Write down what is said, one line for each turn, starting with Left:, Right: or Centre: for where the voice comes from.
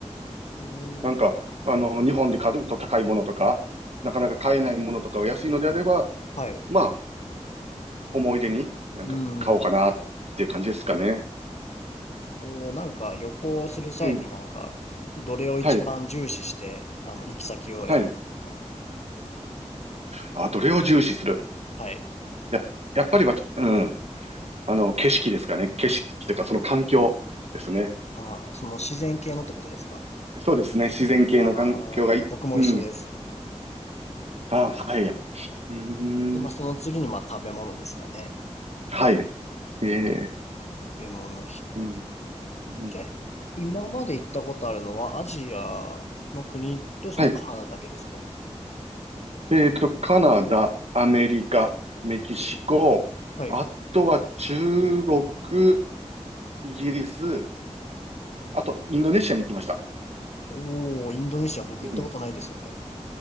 Left: ーん
Right: なんか、あの、日本で買うと高いものとか、なかなか買えないものとかを安いのであれば、
Left: はい。
Right: まあ、思い出になんか買おうかなっていう感じですかね。
Left: うーん。お、なんか旅行する際になんか、
Right: うん。
Left: どれを一番重視して、
Right: はい。
Left: あの、行き先を選んでますか
Right: はいあ、どれを重視する
Left: はい。
Right: やっ、やっぱりは、うん。あの、景色ですかね。景色とか、その環境ですね。
Left: あー、その自然系のってことですか
Right: そうですね。自然系の環境がいい。
Left: ああー、僕も一緒です。
Right: うん。あ、はい。うーん。
Left: で、まあ、その次に、まあ、食べ物ですかね。
Right: はい。ええ
Left: 食べ物。ひ
Right: うん。うん。
Left: じゃ今まで行ったことあるのはアジアの国とそのカナダだけですか
Right: はい。えっと、カナダ、アメリカ、メキシコ、
Left: はい。
Right: あとは中国、イギリス、あとインドネシアに行きました。
Left: おー、インドネシア僕行ったことないんですよね。
Right: うん。